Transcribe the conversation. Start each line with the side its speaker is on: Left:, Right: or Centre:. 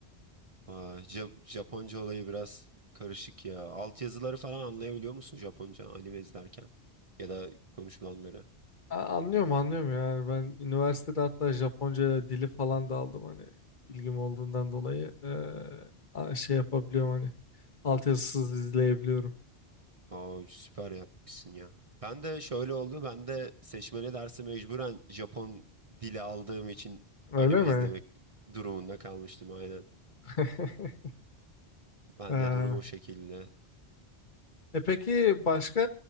Right: Vay, Ja- Japonca olayı biraz karışık ya. Altyazıları falan anlayabiliyor musun Japonca anime izlerken? Ya da konuşulanları.
Left: A- Anlıyorum anlıyorum yani ben üniversitede hatta Japonca dili falan da aldım hani ilgim olduğundan dolayı eee, a- şey yapabiliyorum hani altyazısız izleyebiliyorum.
Right: Oo, süper yapmışsın ya. Ben de şöyle oldu. Ben de seçmeli dersi mecburen Japon dili aldığım için
Left: Öyle
Right: anime
Left: mi?
Right: izlemek durumunda kalmıştım aynen.
Left: <laughs>
Right: Ben
Left: Ha.
Right: de durum o şekilde.
Left: E peki başka